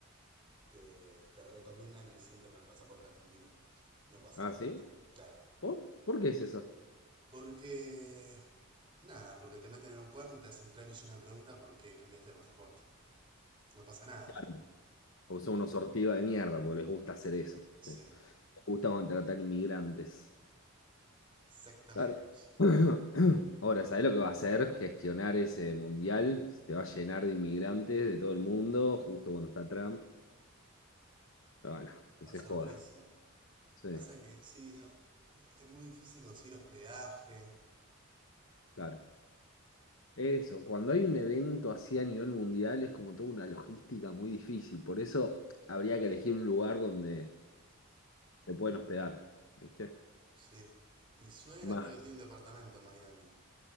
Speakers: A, on the right; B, on the left.
A: te, te recomiendan ir siempre con el pasaporte argentino. No pasarte
B: ¿Ah, sí?
A: el pasaporte. Claro.
B: ¿Por? ¿Por qué es eso?
A: Porque. Nada, porque te meten en un cuarto y te hacen 3 millones de preguntas por qué cambiaste de pasaporte. No pasa nada,
B: Claro,
A: pero.
B: Porque son unos sortidos de mierda, porque les gusta hacer eso. ¿sí?
A: Sí,
B: Les gusta contratar inmigrantes.
A: exactamente.
B: Claro. <clears throat> Ahora, ¿sabés lo que va a hacer? Gestionar ese mundial. Se te va a llenar de inmigrantes de todo el mundo, justo cuando está Trump. Bueno, que
A: Va
B: se
A: a ser
B: joda.
A: durísimo.
B: Sí,
A: Pasa que sí, no. Es muy difícil conseguir hospedaje.
B: claro. Eso, cuando hay un evento así a nivel mundial es como toda una logística muy difícil. Por eso habría que elegir un lugar donde se pueden hospedar, ¿viste?
A: Sí. Mi suegra
B: Más,
A: creo que tiene un departamento en Miami.